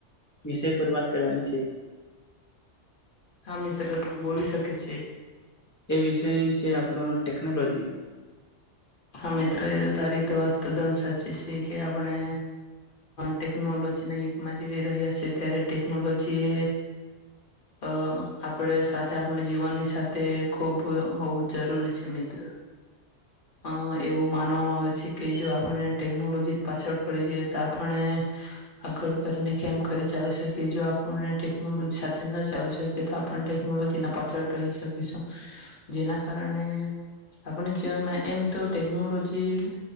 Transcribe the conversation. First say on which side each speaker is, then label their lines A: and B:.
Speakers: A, on the left; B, on the left.
A: વિષય પર વાત કરવાની છે
B: હા મિત તરે તો બોલી શકે છે
A: એ વિષય છે આપણો ટેકનોલોજી
B: હા મિત્ર એ તારી વાત ત્દન સાચી છે કે આપણે ટેકનોલોજીના યુગમાં જવી રહ્યા છેએ ત્યારે ટેકનોલોજી આપણે સાથે આપણી જીવનની સાથે ખૂબ હોવું જરૂરી છે મિત્ર અ એવું માનવામાં આવે છે કે જો આપને ટેકનોલોજીથી પાછળ પડી જઈએ તો આપણે આગળ <unintelligible> કેમ કરી ચાલી શકીએ જો આપણને ટેકનોલોજી સાથે ના ચાલી શકીએ તો આપણે ટેકનોલોજી ના પાછળ રહી શકીશું જેના કારણે આપણે જીવનમાં એમ તો ટેકનોલોજી